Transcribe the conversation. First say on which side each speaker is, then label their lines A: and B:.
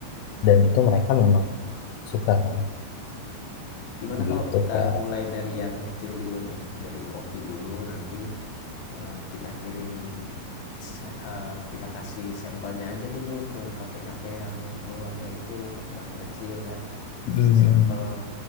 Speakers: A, on the left (about 80°); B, on the left (about 65°).
A: Dan itu mereka memang suka kan.
B: gimana
A: Begitu
B: kalau kita
A: kak
B: mulai dari yang kecil dulu nih dari kopi dulu nanti eh, kita kirim se- eh, kita kasih sampelnya aja dulu ke kafe-kafe yang keluarga itu kafe-kafe kecil kan
A: mm
B: kasih sampel